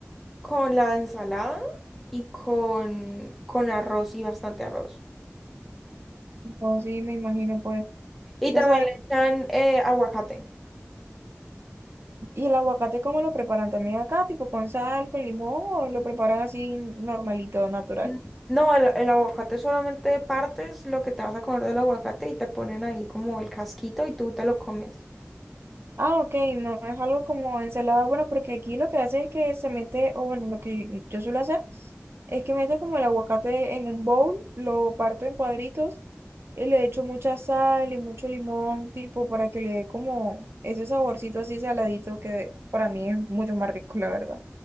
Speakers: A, in the centre; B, on the right (about 55°).
A: con la ensalada y con, con arroz y bastante arroz.
B: no, sí, me imagino pues,
A: Y
B: y
A: también
B: cosas
A: le echan eh, aguacate.
B: ¿Y el aguacate cómo lo preparan también acá? ¿Tipo con sal, con limón o lo preparan así normalito, natural?
A: Mm. No, el, el aguacate solamente partes lo que te vas a comer del aguacate y te ponen ahí como el casquito y tú te lo comes.
B: Ah, ok, no es algo como ensalada. Bueno, porque aquí lo que hace es que se mete, o bueno, lo que yo suelo hacer es que meto como el aguacate en un bowl, lo parto en cuadritos y le echo mucha sal y mucho limón, tipo para que le dé como ese saborcito así saladito que para mí es mucho más rico, la verdad.